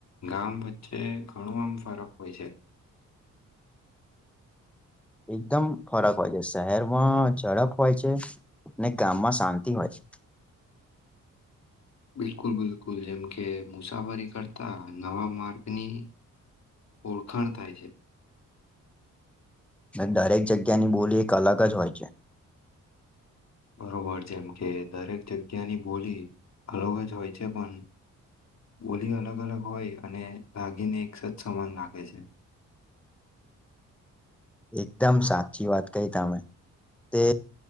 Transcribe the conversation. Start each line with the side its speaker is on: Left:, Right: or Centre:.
Left: ગામ વચ્ચે ઘણું આમ ફરક હોય છે.
Centre: એકદમ ફરક હોય છે શહેરમાં ઝડપ હોય છે ને ગામમાં શાંતિ હોય છે.
Left: <inaudible> બિલકુલ બિલકુલ જેમ કે મુસાફરી કરતા નવા માર્ગની ઓળખાણ થાય છે.
Centre: દરેક જગ્યાની બોલી એક અલગ જ હોય છે.
Left: બરોબર જેમ કે દરેક જગ્યાની બોલી અલગ જ હોય છે પણ બોલી અલગ અલગ હોય અને લાગીને એક સજ સમાન લખે છે. <inaudible>
Centre: એકદમ સાચી વાત કહી તમે. તે